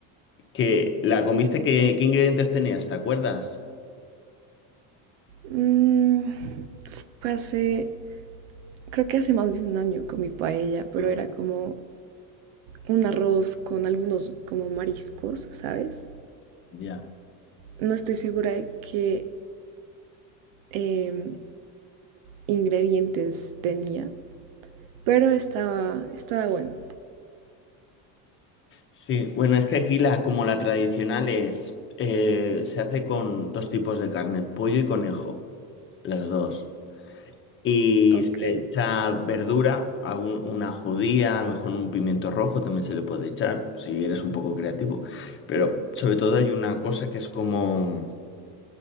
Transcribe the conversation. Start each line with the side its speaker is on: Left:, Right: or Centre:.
Left: ¿Que la comiste? ¿Qué, qué ingredientes tenías? ¿Te acuerdas?
Right: Mm, fue hace, creo que hace más de un año comí paella, pero
Left: No,
Right: era como un arroz con algunos como mariscos, ¿sabes?
Left: Ya.
Right: No estoy segura de qué em, ingredientes tenía, pero estaba, estaba bueno.
Left: Sí, bueno, es que aquí la, como la tradicional es, eh, se hace con dos tipos de carne, pollo y conejo, las dos. Y
Right: Ok,
Left: se le echa verdura, algún- una judía, a lo mejor un pimiento rojo también se le puede echar, si eres un poco creativo. Pero sobre todo hay una cosa que es como,